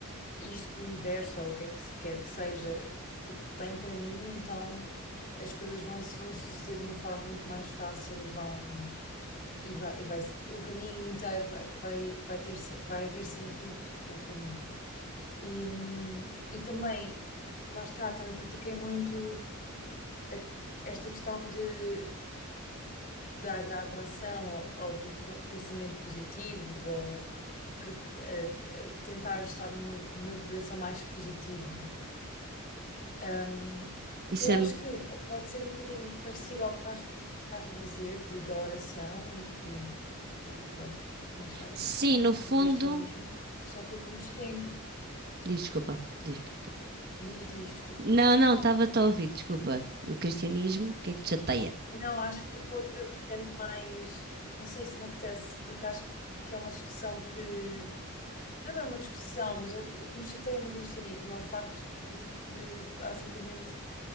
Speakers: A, on the left; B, on the right.
A: isto que o universo ou o que é que se quer que seja, tipo, tem para mim, então as coisas vão, se- vão suceder de uma forma muito mais fácil e vão e vai, e vai o caminho inteiro vai, vai, vai ter se- vai haver sentido com o caminho. E, hum, e também, lá está, também pratiquei muito a- esta questão de, da, da atração ou, ou do po- pensamento positivo ou re- eh, t- eh, tentar estar numa, numa vibração mais positiva. Um, o
B: Isso
A: que eu
B: é,
A: acho que po- pode ser um bocadinho parecido ao que estás, estás a dizer de, da oração e, e, e pronto, não sei,
B: sim, no fundo,
A: do cristianismo, só que o que me chateia,
B: diz, desculpa, diz, pera- pera.
A: diz, diz, desculpa.
B: Não, não, estava-te a ouvir, desculpa. O cristianismo, o que é que te chateia?
A: Não, acho que vou para outra vertente mais, não sei se me apetece, porque acho que é uma discussão que, não é bem uma discussão, mas é o que o que me chateia no cristianismo é o facto de, de basicamente